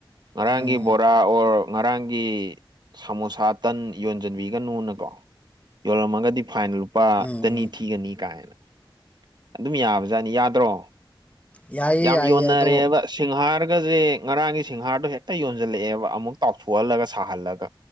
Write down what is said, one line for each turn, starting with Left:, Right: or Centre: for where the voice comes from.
Right: ꯉꯔꯥꯡꯒꯤ
Left: ꯎꯝ
Right: ꯕꯣꯔꯥ ꯑꯣꯔ ꯉꯔꯥꯡꯒꯤ ꯁꯃꯣꯁꯥ ꯇꯟ ꯌꯣꯟꯖꯟꯕꯤꯒꯅꯨꯅꯀꯣ ꯌꯣꯜꯂꯝꯃꯒꯗꯤ ꯐꯥꯏꯟ ꯂꯨꯄꯥ
Left: ꯎꯝ
Right: ꯆꯅꯤ ꯊꯤꯒꯅꯤ ꯀꯥꯏꯅ ꯑꯗꯨꯝ ꯌꯥꯕꯖꯥꯠꯅꯤ ꯌꯥꯗ꯭ꯔꯣ
Left: ꯌꯥꯏꯌꯦ
Right: ꯌꯥꯝ
Left: ꯌꯥꯏꯌꯦ
Right: ꯌꯣꯟꯅꯔꯦꯕ
Left: ꯑꯗꯣ
Right: ꯁꯤꯡꯍꯥꯔꯒꯁꯦ ꯉꯔꯥꯡꯒꯤ ꯁꯤꯡꯍꯥꯔꯗ ꯍꯦꯛꯇ ꯌꯣꯟꯁꯤꯜꯂꯛꯑꯦꯕ ꯑꯃꯨꯛ ꯇꯥꯎꯊꯣꯛꯍꯜꯂꯒ ꯁꯥꯍꯜꯂꯒ